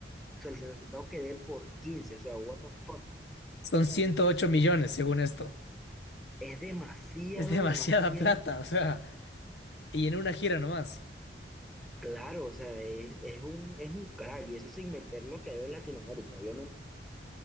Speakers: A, in the centre; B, on the left.
A: O sea, el resultado que dé por 15, O sea, what the fuck.
B: Son
A: man.
B: 108 millones, según esto.
A: Es demasiado,
B: Es demasiada
A: demasiado.
B: plata, o sea, y en una gira nomás.
A: Claro, o sea, es, es un, es un crack. Y eso sin meter lo que hay en Latinoamérica. Obviamente,